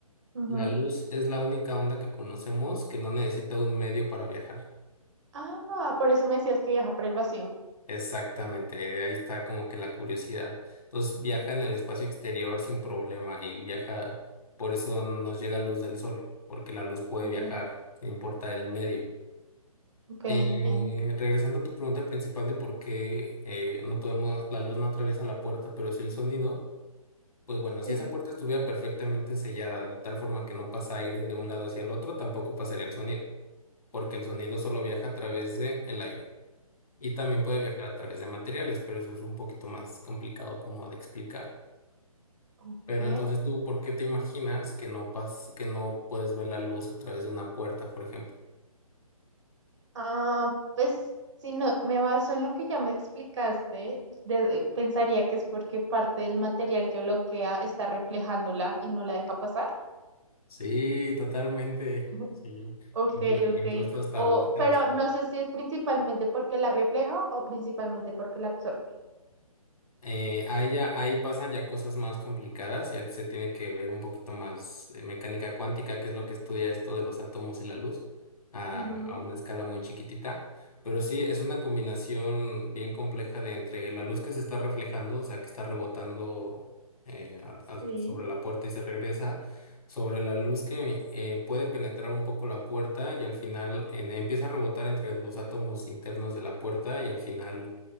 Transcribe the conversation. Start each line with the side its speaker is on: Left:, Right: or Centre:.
Right: ujú.
Left: La luz es la única onda que conocemos que no necesita un medio para viajar.
Right: Ah, por eso me decías que viaja por el vacío.
Left: Exactamente, ahí está como que la curiosidad. Entonces viaja en el espacio exterior sin problema y viaja, por eso nos llega luz del sol, porque la luz puede
Right: Ok,
Left: viajar sin importar el medio.
Right: ok, entiendo.
Left: Eh, regresando a tu pregunta principal de por qué eh, no podemos, la luz no atraviesa la puerta, pero sí el sonido, pues bueno, si
Right: Sí.
Left: esa puerta estuviera perfectamente sellada de tal forma que no pasa aire de un lado hacia el otro, tampoco pasaría el sonido, porque el sonido solo viaja a través de el aire y también puede viajar a través de materiales, pero eso es un poquito más complicado como de explicar.
Right: Ok,
Left: Pero entonces tú, ¿por qué te imaginas que no pas que no puedes ver la luz a través de una puerta, por ejemplo?
Right: Ah, pues si no me baso en lo que ya me explicaste, de- pensaría que es porque parte del material que bloquea está reflejándola y no la deja pasar.
Left: Sí, totalmente.
Right: <laughs>
Left: Sí.
Right: Ok,
Left: Inclu-
Right: ok.
Left: incluso hasta
Right: O,
Left: usted
Right: pero
Left: los...
Right: no sé si es principalmente porque la refleja o principalmente porque la absorbe.
Left: Eh, ahí, ya, ahí pasan ya cosas más complicadas, ya se tiene que ver un poquito más eh, mecánica cuántica, que es lo que estudia esto de los átomos y la luz, a,
Right: Ujú,
Left: a una escala muy chiquitita. Pero sí, es una combinación bien compleja de entre la luz que se está reflejando, o sea, que está rebotando eh, a- a-
Right: sí,
Left: sobre la puerta y se regresa, sobre la luz que eh, puede penetrar un poco la puerta y al final en- empieza a rebotar entre los átomos internos de la puerta y al final